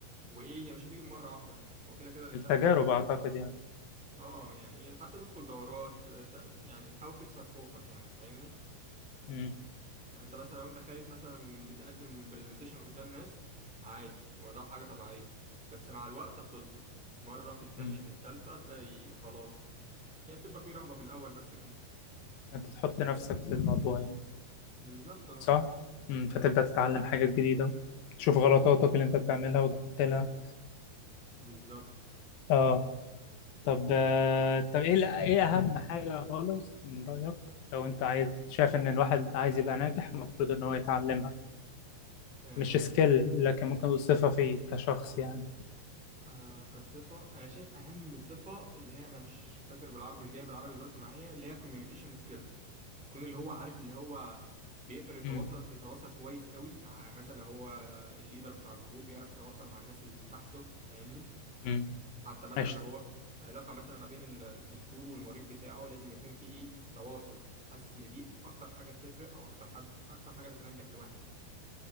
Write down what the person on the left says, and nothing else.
التجارب
أعتقد يعني
امم
امم
أنت تحط نفسك في الموضوع يعني
صح؟ مم. فتبدأ تتعلم حاجات جديدة تشوف غلطاتك اللي انت بتعملها وتعدلها
اه
طب
آه، طب ايه الأ- ايه اهم حاجة خالص من رأيك لو انت عايز شايف ان الواحد عايز يبقى ناجح المفروض ان هو يتعلمها
مش سكيل لكن ممكن نقول صفة فيه كشخص يعني
امم
امم
قشطة